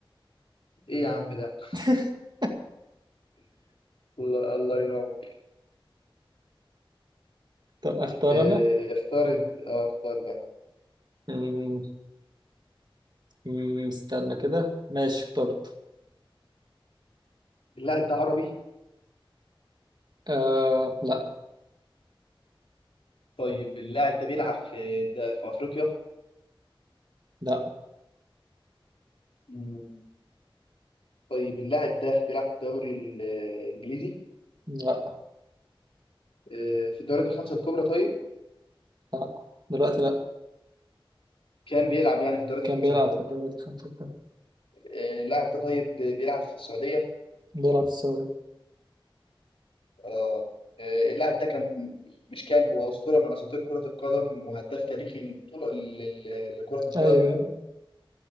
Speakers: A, on the left; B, on the right.
A: إيه يا عم ده
B: <laughs>
A: الله الله ينور
B: طب اختار
A: آه،
B: انا
A: اختار انت آه، اختار بقى
B: مم، مم، استنى كده ماشي اخترت
A: اللاعب ده عربي
B: آه لا
A: طيب اللاعب ده بيلعب في ده في افريقيا
B: لا
A: مم. طيب اللاعب ده بيلعب في الدوري الانجليزي
B: لا
A: آه، في الدوريات الخمسه الكبرى طيب
B: لا دلوقتي لا
A: كان بيلعب يعني في الدوريات
B: كان
A: الخمسه
B: بيلعب
A: الكبرى
B: في الدوريات الخمسة الكبرى
A: آه، اللاعب ده طيب بيلعب في السعوديه
B: بيلعب في السعودية
A: اه آه، اللاعب ده كان مش كان هو اسطوره من اساطير كره القدم وهداف تاريخي للبطوله لل- لكره القدم
B: أيوه
A: عموما